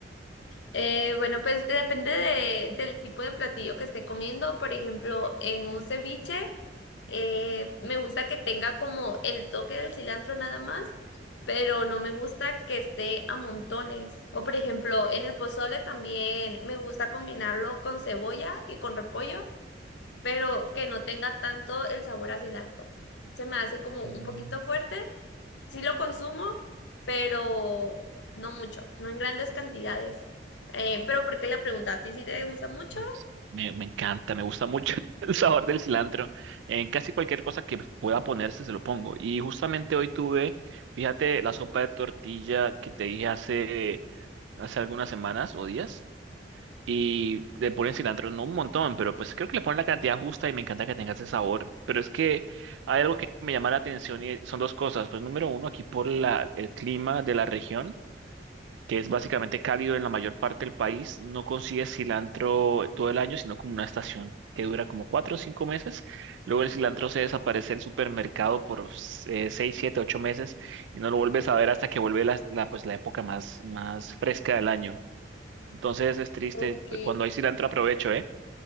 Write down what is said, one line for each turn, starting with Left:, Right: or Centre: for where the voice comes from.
Left: Eh, bueno, pues depende de- del tipo de platillo que esté comiendo. Por ejemplo, en un ceviche, eh, me gusta que tenga como el toque del cilantro nada más, pero no me gusta que esté a montones. O por ejemplo, en el pozole también me gusta combinarlo con cebolla y con repollo, pero que no tenga tanto el sabor a cilantro. Se me hace como un
Right: Mm,
Left: poquito fuerte sí lo consumo, pero no mucho, no en grandes cantidades. Eh, pero ¿por qué la pregunta? ¿A ti sí te gusta mucho?
Right: pues, Me, me encanta, me gusta mucho <laughs> el sabor del cilantro. En casi cualquier cosa que pueda ponerse se lo pongo. Y justamente hoy tuve, fíjate, la sopa de tortilla que te dije hace, hace algunas semanas o días. Y le ponen cilantro, no un montón, pero pues creo que le ponen la cantidad justa y me encanta que tenga ese sabor. Pero es que hay algo que me llama la atención y son dos cosas. Pues número uno, aquí por la, el clima de la región, que es básicamente cálido en la mayor parte del país, no consigues cilantro todo el año, sino como una estación que dura como cuatro o cinco meses. Luego el cilantro se desaparece del supermercado por eh, seis, siete, ocho meses y no lo vuelves a ver hasta que vuelve la, la, pues, la época más, más fresca del año. Entonces es triste.
Left: Ok.
Right: Cuando hay cilantro aprovecho, ¿eh?